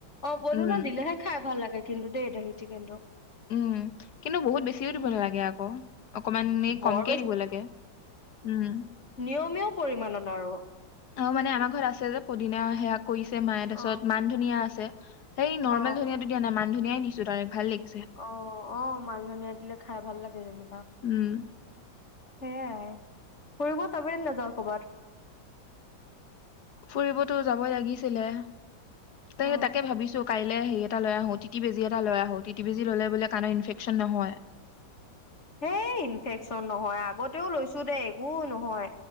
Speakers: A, on the left; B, on the left.
A: অ পদুনা
B: উম
A: দিলেহে খাই ভাল লাগে কিন্তু দেই দহি চিকেনটো।
B: উম। কিন্তু বহুত বেছিও দিব
A: উম
B: নালাগে আকৌ অকমান
A: বৰ
B: কমকেই দিব লাগে উম।
A: নিয়মেও পৰিমানন আৰু।
B: অ মানে আমাৰ ঘৰত আছে যে পদিনা সেয়া। কৈছে মায়ে
A: অ
B: তাছত মান ধনীয়া আছে, নৰ্মেল
A: অ
B: ধনীয়াটো দিয়া নাই মান ধনিয়াই দিছো তাই ভাল লাগি
A: অ অ মান ধনীয়া দিলে খাই ভাল লাগে যেনি
B: উম।
A: সেয়াই, ফুৰিব যাবিনে নাযাওঁ কবাত?
B: ফুৰিবতো যাব লাগিছিলে, ত
A: অ
B: তাকে ভাবিছো কাইলে হে এটা লৈ আহো টিতি বেজি এটা লৈ আহো, টিটি বেজি ললে বোলে কানৰ ইনফেকচন নহয়।
A: সেই ইনফেকচন নহয় আগতেও লৈছো দে একো নহয়।